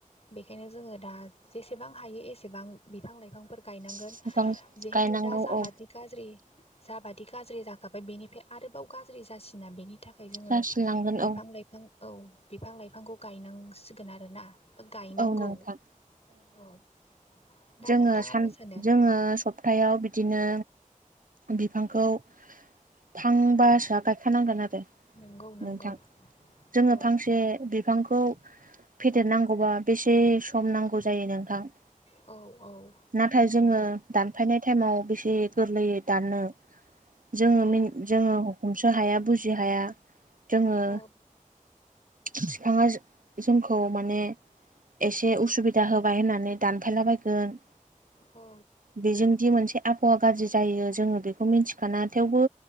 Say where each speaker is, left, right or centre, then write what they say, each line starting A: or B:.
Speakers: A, on the left; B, on the right.
A: बेखायनो जोङो दा जेसेबां हायो एसेबां बिफां लाइफांफोरखौ गायनांगोन
B: बिफां
A: जिहेतु
B: गायनांगौ
A: दा जाबादि
B: औ
A: गाज्रि जाबादि गाज्रि जाखाबाय बेनिफ्राय आरोबाव गाज्रि जासिना बेनि थाखाय ओमफ्राय जोङो
B: जासिनलांगोन
A: बिफां
B: औ
A: लाइफां औ बिफां लाइफांखौ गायनांसिगोन आरोना गायनांगौ
B: औ नोंथां
A: औ दा
B: जोङो
A: नोंथाङा
B: सान
A: मा सानो?
B: जोङो सप्थायायाव बिदिनो बिफांखौ थांबासोआ गायखानांगोन आरो
A: नोंगौ नंगौ
B: नोंथां जोङो
A: औ
B: फांसे बिफांखौ फेदेरनांगौबा बेसे सम नांगौ जायो नोंथां
A: औ-औ
B: नाथाय जोङो दानफायनाय टाइमाव बेसे गोरलैयै दाननो जोङो
A: औ
B: जोङो हमसो हाया बुजि हाया जोङो
A: औ
B: बिफाङा जोंखौ माने एसे उसुबिदा होबाय होननानै दानफायलाबायगोन
A: औ
B: बेजोंदि मोनसे आबहावा गाज्रि जायो जोङो बेखौ मिथिखाना थेवबो